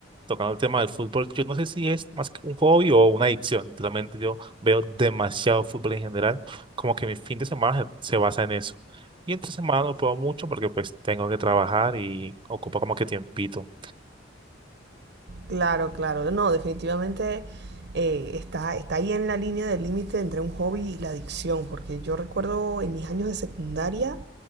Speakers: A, on the right (about 25°); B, on the right (about 60°).
A: tocando el tema del fútbol, yo no sé si es más que un hobby o una adicción. Realmente yo veo demasiado fútbol en general, como que mi fin de semana se, se basa en eso. Y entre semana no puedo mucho porque pues tengo que trabajar y ocupa como que tiempito.
B: Claro, claro. No, definitivamente eh, está, está ahí en la línea del límite entre un hobby y la adicción, porque yo recuerdo en mis años de secundaria,